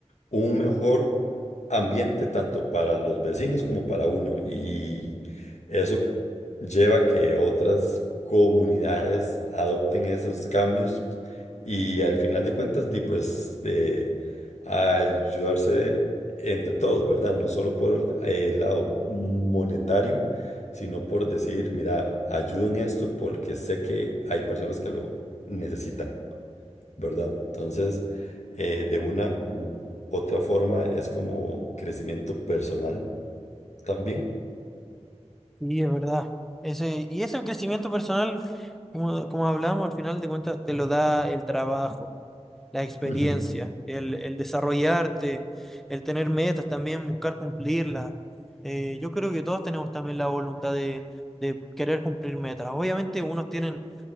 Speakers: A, on the left; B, in the centre.
A: un mejor ambiente tanto para los vecinos como para uno. Y eso lleva a que otras comunidades adopten esos cambios y al final de cuentas, di, pues de ayudarse entre todos, ¿verdad? No solo por el lado monetario sino por decir, mira, ayudo esto porque sé que hay personas que lo necesitan, ¿verdad? Entonces, eh, de una u otra forma es como crecimiento personal también.
B: Sí, es verdad. Ese, y ese crecimiento personal, como, como hablábamos al final de cuentas, te lo da el trabajo. la experiencia,
A: Ujú.
B: el, el desarrollarte, el tener metas también, buscar cumplirlas. Eh, yo creo que todos tenemos también la voluntad de, de querer cumplir metas. Obviamente unos tienen